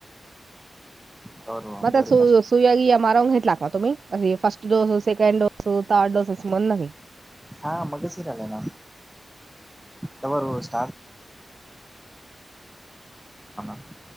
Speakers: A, on the right (about 55°); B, in the centre.
A: <unintelligible>
B: तवर
A: तुम्ही
B: भारी कष्ट
A: अस फर्स्टडोस सेकंडोस थर्डोस अशी म्हणलं म्हण नाही.
B: हा मगाशी राहिला ना तोवर व स <unintelligible>